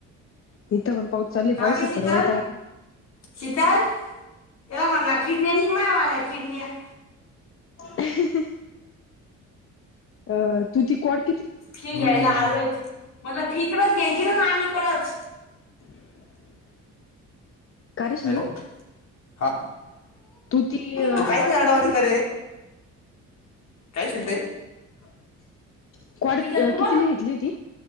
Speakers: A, on the left; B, on the left.
A: इथं पण पाऊस चालय पाऊसल
B: ग शीतल
A: परवा येता का
B: शीतल तेला म्हटला किडण्यानी मावाल्या किडण्या
A: हाहाहा अ तू ती कोड
B: हे घ्यायला आलवाय म्हटल तिकडच घ्यायची ना नाही कडच
A: <inaudible> का रे सुमित
B: हॅलो <inaudible> हा
A: तू ती
B: काय
A: कॉड
B: येड्यावाणी
A: किती
B: कराला रे काय शिलूताई
A: <inaudible>
B: <unintelligible> चालू
A: कितीला घेतली होती